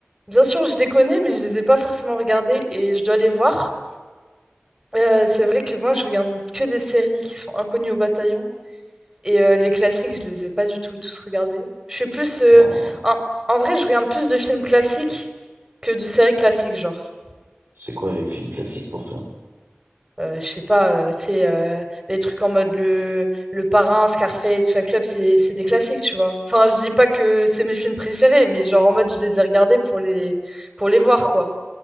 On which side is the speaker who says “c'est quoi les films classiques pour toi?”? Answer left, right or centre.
Right